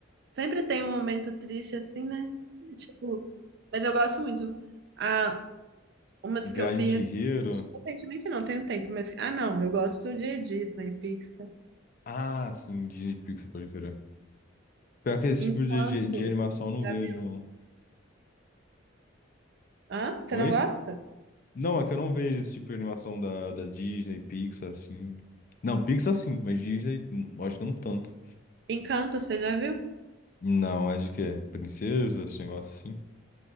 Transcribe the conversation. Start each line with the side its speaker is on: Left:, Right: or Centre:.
Right: Sempre tem um momento triste assim, né? Tipo, mas eu gosto muito. Ah, umas
Left: Viagem
Right: que eu vi
Left: de Chihiro?
Right: recentemente, recentemente não, tem um tempo, mas ah, não, eu gosto de Disney, Pixar.
Left: Ah, sim, Disney Pixar, pode crer. Pior que esse
Right: Encanto,
Left: tipo de, de, de animação eu
Right: você
Left: não vejo.
Right: já viu?
Left: não.
Right: Hã? Você
Left: Oi?
Right: não gosta?
Left: Não, é que eu não vejo esse tipo de animação da, da Disney, Pixar, assim. Não, Pixar sim, mas Disney, hum, acho que não tanto.
Right: Encanto, você já viu?
Left: Não, é de quê? Princesa, esse negócio assim?